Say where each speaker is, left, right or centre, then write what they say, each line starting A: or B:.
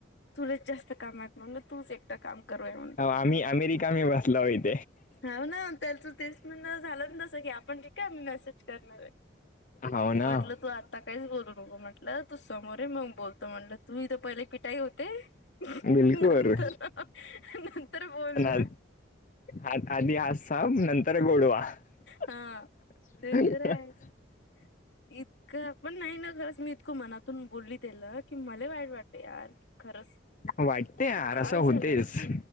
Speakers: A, on the left; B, on the left.
A: तुला जास्त काम आहे म्हटलं तूच एकटा काम कर म्हटलं
B: हो आम्ही अमेरिका मे बसला होत
A: हाव ना त्याचं तेच म्हणं झालं तसं की आपण रिकाम मेसेज करणार आहे
B: हो
A: म्हटलं
B: ना
A: तू आता काहीच बोलू नको म्हटलं तू समोरे ये मग बोलतो म्हणलं तू इथ पहिले पिठाई होते
B: बिलकुल
A: नंतर
B: बरोबर
A: नंतर बोल ना.
B: <unintelligible> आ आधी हजसा नंतर गोडवा <unintelligible>
A: हा ते तर आहेच. <unintelligible> पण नाही ना खरंच मी इतकं मनातून बोलली त्याला की मले वाईट वाटत यार खरंच
B: वाटते यार
A: की काय
B: असं
A: झालं
B: होतेच